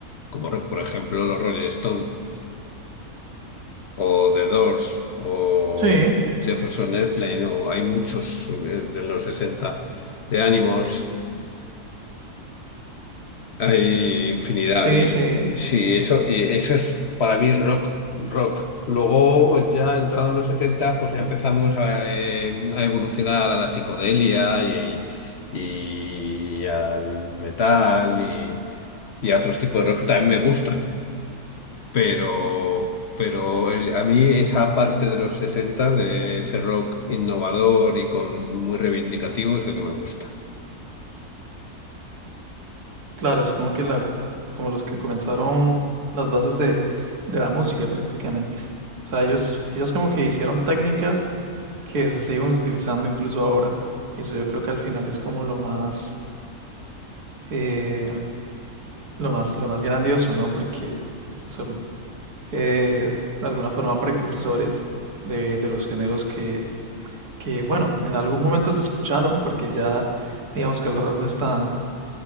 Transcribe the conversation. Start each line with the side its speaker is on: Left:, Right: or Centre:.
Left: como rock, por ejemplo, los Rolling Stone o The Doors o
Right: Sí,
Left: Jefferson Airplane o hay muchos eh, de los 60 de Animals. Hay infinidad.
Right: sí,
Left: Y, eh,
Right: sí.
Left: sí, eso, y eso es para mí rock, rock. Luego, pues ya entrado en los 70 pues ya empezamos a, eh, a evolucionar a la psicodelia y, y al metal y, y a otros tipos de rock que también me gustan. Pero, pero el- a mí esa parte de los 60 de ese rock innovador y con muy reivindicativo, es el que me gusta.
Right: Claro, es como que la, como los que comenzaron las bases de, de la música prácticamente. O sea, ellos, ellos como que hicieron técnicas que se siguen utilizando incluso ahora. Y eso yo creo que al final es como lo más, eh, lo más, lo más grandioso, ¿no? Porque son eh, de alguna forma precursores de, de los géneros que, que, bueno, en algún momento se escucharon porque ya digamos que el rock no es tan,